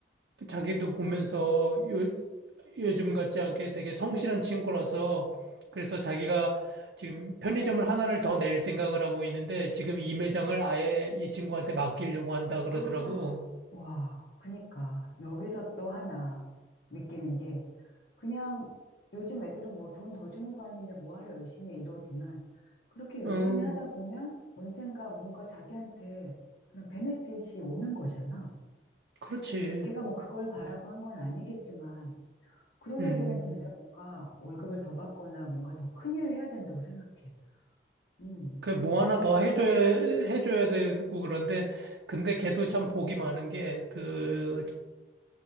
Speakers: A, on the right; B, on the left.
A: 자기도 보면서 요 요즘 같지 않게 되게 성실한 친구라서 그래서 자기가 지금 편의점을 하나를 더 낼 생각을 하고 있는데 지금 이 매장을 아예 이 친구한테 맡기려고 한다
B: <gasps>
A: 그러더라고.
B: 아, 와, 그니까 여기서 또 하나 느끼는 게 그냥 요즘 애들은 뭐 돈 더 주는 거 아닌데 뭐하러 열심히 해 이러지만 그렇게 열심히
A: 음,
B: 하다 보면 언젠가 뭔가 자기한테 그런 베네핏이 오는 거잖아.
A: 그렇지.
B: 걔가 뭐 그걸 바라고 한 건 아니겠지만 그런
A: 음.
B: 애들은 진짜 뭔가 월급을 더 받거나 뭔가 더 큰 일을 해야 된다고 생각해. 음.
A: 그 뭐 하나 더 해줘야 해줘야 되고 그런데 근데 걔도 참 복이 많은 게 그